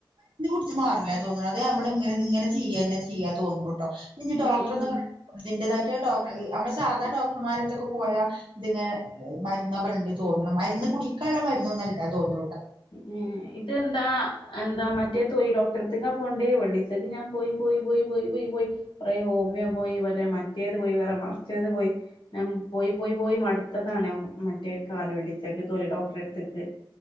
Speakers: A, on the right; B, on the left.
A: ര്ന്ന് കുടിച്ച് മാറൂല തോന്ന്ണ് അത് അമ്മൾ ഇങ്ങനെ ഇങ്ങനെ ചെയ്യാന്നെ ചെയ്യാ തോന്ന്ണുട്ടോ ഇഞ് ഡോക്ടെറൊന്ന്
B: ഉം
A: കാണിച്ച് അതിൻ്റെതായി ട്ട് ഡോക്ടർ അമ്മള് സാദാ ഡോക്ടർമാരെട്ത്ത്ക്ക് പോയാ ഇത്ങ്ങനെ മര്ന്നൊക്കെണ്ട് തോന്ന്ണ് മര്ന്ന് കുടിക്കാള്ളെ മര്ന്നൊന്നല്ല തോന്ന്ണ്.
B: ഉം ഇതെന്താ എന്താ മ റ്റേ തൊലി ഡോക്ടർത്ത് ക്കാം പോവ്ണ്ട് വെള്ളിച്ചക്ക് ഞാൻ പോയി പോയി പോയി പോയി പോയി പോയി കൊറേ ഹോമിയോ പോയി വ രെ മറ്റേത് പോയി വേറെ മർച്ചേതു പോയി ഞാം പോയി പോയി പോയി മട്ത്തതാണ് മറ്റേ കാല് വിളിച്ചക്ക് തൊലി ഡോക്ടറെട്ത്ത്ക്ക്